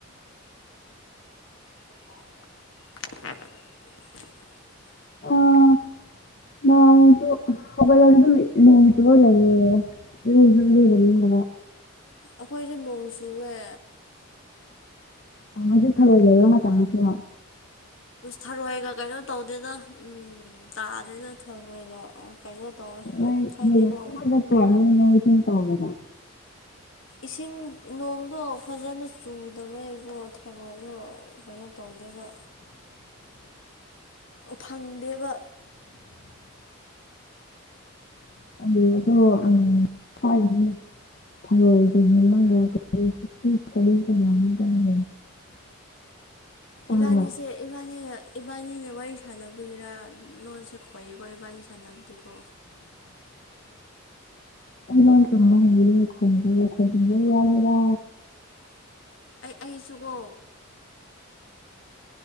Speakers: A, on the left (about 65°); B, on the left (about 45°).
A: <inaudible>
B: ꯑꯥ ꯅꯥꯔꯁꯨ ꯍꯧꯒꯠꯂꯒ ꯗꯨꯝ ꯅꯣꯡ ꯆꯨꯐꯧ ꯂꯩꯌꯦ ꯌꯨꯝꯗꯗꯤ ꯂꯩꯅꯤꯡꯗꯕ
A: ꯑꯩꯈꯣꯏꯁꯨ ꯅꯣꯡ ꯆꯨꯋꯦ
B: ꯍꯧꯖꯤꯛꯁꯤ ꯊꯥꯔꯣꯏ ꯂꯩꯕ ꯃꯥꯇꯝ ꯅꯠꯇ꯭ꯔꯣ
A: ꯊꯔꯣꯏꯒ ꯀꯩꯅꯣ ꯇꯧꯗꯦꯗ ꯎꯝ ꯇꯥꯗꯦꯗ ꯊꯔꯣꯏꯒ ꯀꯩꯅꯣ ꯇꯧꯋꯦ
B: ꯅꯣꯏ
A: ꯍꯥꯏꯗꯤꯀꯣ
B: ꯊꯥꯔꯣꯏ ꯈꯨꯟꯕꯒ ꯆꯠꯄꯔꯣ ꯅꯣꯏ ꯏꯁꯤꯡ ꯆꯥꯎꯕꯗ
A: ꯏꯁꯤꯡ ꯅꯣꯡꯗꯣ ꯐꯖꯅ ꯆꯨꯗꯕꯩꯕꯣ ꯊꯔꯣꯏꯗꯣ ꯀꯩꯅꯣ ꯇꯧ ꯗꯕ
B: <inaudible>
A: ꯐꯪꯗꯦꯕ
B: <inaudible> ꯊꯔꯣꯏꯗꯣ ꯎꯝ <inaudible> ꯇꯥꯡꯕ꯭ꯔꯥ
A: ꯏꯕꯥꯅꯤꯁꯦ ꯏꯕꯥꯅꯤꯅ ꯏꯕꯥꯅꯤꯅ ꯋꯥꯔꯤ ꯁꯥꯟꯅꯕꯒꯤꯔ ꯂꯣꯟꯁꯦ ꯈꯣꯏꯌꯦꯀꯣ ꯏꯕꯥꯅꯤ ꯁꯥꯟꯅꯕꯗꯤꯀꯣ
B: <inaudible> ꯑꯩ ꯂꯣꯟ ꯆꯨꯝꯕ ꯍꯩꯌꯦ ꯈꯣꯏꯔꯛꯄꯒꯤ ꯈꯣꯏꯖꯟꯕꯩ ꯋꯥꯅꯤꯗꯥ
A: ꯑꯩ ꯑꯩꯁꯨꯀꯣ